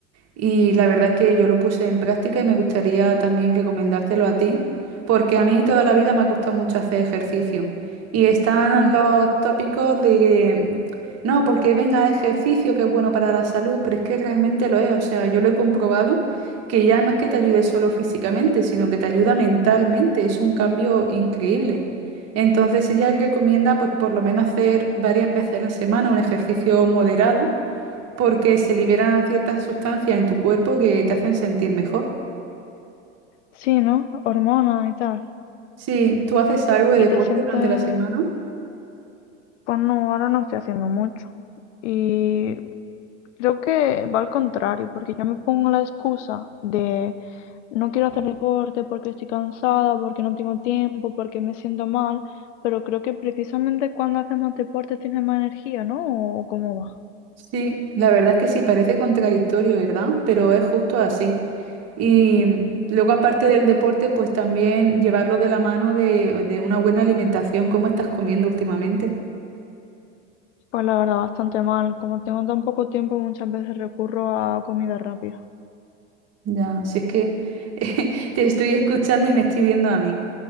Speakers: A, on the right (about 40°); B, on the left (about 70°).
A: Y la verdad es que yo lo puse en práctica y me gustaría también recomendártelo a ti, porque a mí toda la vida me ha costado mucho hacer ejercicio. Y están
B: Mm.
A: los tópicos de que, no, porque venga ejercicio que es bueno para la salud, pero es que realmente lo es. O sea, yo lo he comprobado que ya no es que te ayude solo físicamente, sino que te ayuda mentalmente. Es un cambio increíble. Entonces ella recomienda pues por lo menos hacer varias veces a la semana un ejercicio moderado porque se liberan ciertas sustancias en tu cuerpo que te hacen sentir mejor.
B: Sí, ¿no? Hormonas y tal.
A: Sí, ¿tú haces algo de
B: Y
A: deporte
B: te sientes
A: durante la semana?
B: Pues no, ahora no estoy haciendo mucho. Y creo que va al contrario, porque yo me pongo la excusa de no quiero hacer deporte porque estoy cansada, porque no tengo tiempo, porque me siento mal, pero creo que precisamente cuando haces más deporte tienes más energía, ¿no? ¿O cómo va?
A: Sí, la verdad es que sí, parece contradictorio, ¿verdad? Pero es justo así. Y mm, luego, aparte del deporte, pues también llevarlo de la mano de, de una buena alimentación. ¿Cómo estás comiendo últimamente?
B: Pues la verdad, bastante mal. Como tengo tan poco tiempo, muchas veces recurro a comida rápida.
A: Ya, si es que <laughs> te estoy escuchando y me estoy viendo a mí.